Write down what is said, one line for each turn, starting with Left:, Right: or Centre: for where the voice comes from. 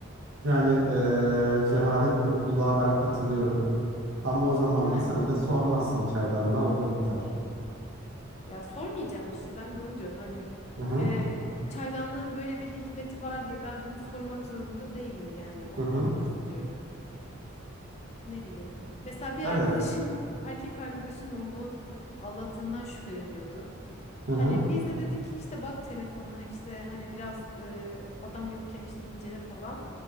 Right: Yani eee, cehalet mutluluğa ben katılıyorum. Ama o zaman
Left: Değil
Right: da
Left: mi?
Right: sen de sormazsın çaydanlığa olur biter.
Left: Ya sormayacağım işte ben de onu diyorum hani
Right: Hı hı
Left: e, çaydanlığın böyle bir hikmeti var diye ben bunu sormak zorunda değilim yani ondan
Right: hı hı.
Left: bahsediyorum. Ne bileyim. Mesela bir
Right: Evet.
Left: arkadaşım <laughs> erkek arkadaşım onu aldattığından şüpheleniyordu.
Right: Hı
Left: Hani
Right: hı
Left: biz de dedik ki işte bak telefonla işte hani biraz e, adam yokken işte incele falan.